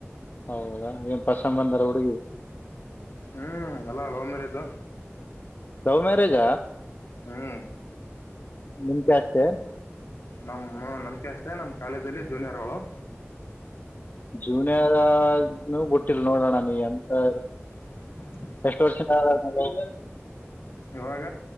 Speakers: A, on the left; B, on the left.
A: ಹೌದಾ ಏ ಪಸಬಂದರ ಹುಡುಗಿ
B: ಹ್ಮ್ ಅಲ್ಲಾ ಲವ್ ಮ್ಯಾರೇಜ್
A: ಲವ್ ಮ್ಯಾರೇಜಾ
B: ಹ್ಮ್
A: ನಿಮ ಕಾಸ್ಟ್
B: ನಮ ನಮ್ಕೆ ಅಷ್ಟೇ ನಮ್ ಕಾಲೇಜ ಅಲ್ಲಿ ಜೂನಿಯರ್ಗಳು
A: ಜೀವನಾರೂ ಬುಟ್ಟಿಲ್ಲ ನೋಡೋಣ ನೀ ಅ
B: ಹ್ಮ್
A: ಎಷ್ಟು ವರ್ಷ <unintelligible>
B: ಇವಾಗ